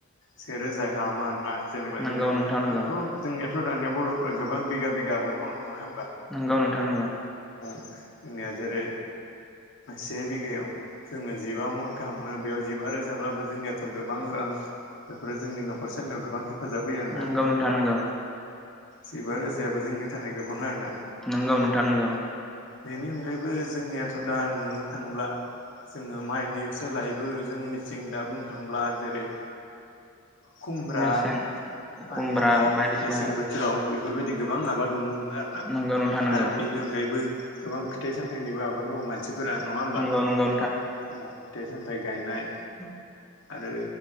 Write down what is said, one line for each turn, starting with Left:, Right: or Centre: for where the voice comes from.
Left: सेरोजा गाहाम आरोना? जेनेबा
Centre: नंगौ
Left: जोङो
Centre: नोंथां नंगौ
Left: जोंथ' जोंनियाथ' दानिया बर'फोरा गोबां बिगा बिगा आबाद मावो नङा होनबा!
Centre: नंगौ नोंथां नंगौ।
Left: जोंनिया जेरै से बिघायाव जोङो जिबा मन गाहाम मोनो बेयाव जिबा रोजाबाबो जोंनियाथ' गोबां रां बेफोरो जोंनि न'खरसालियाव गोबां हेफाजाब होयो आरोना?
Centre: नंगौ नोंथां नंगौ
Left: जिरोजा फुजायाबो जोंनि थाखाय गोबां आरोना?
Centre: नंगौ नोंथां नंगौ नोंथां नंगौ
Left: बेनि अनगायैबो जोंनियाथ' दा नुनो थाङोब्ला जोङो माइनि सोलायबो जोंनिथिं दा बुंनो थांब्ला जेरै- खुमब्रा,
Centre: मेसें खुमब्रा
Left: पानिलाव
Centre: बायदिसिना
Left: मेसें बोथोराव बेफोरबायदि गोबां आबाद नुनो मोनो आरोना
Centre: नंगौ नोंथां नंगौ
Left: आरो बेनि अनगायैबो गोबां फिथाइ सामथायाइनिबो आबाद मावो। मा मानसिफोरा नङा होमबा?
Centre: नंगौ नंगौ
Left: अ फिथाइ सामथाइ गायनाय।
Centre: औ।
Left: आरो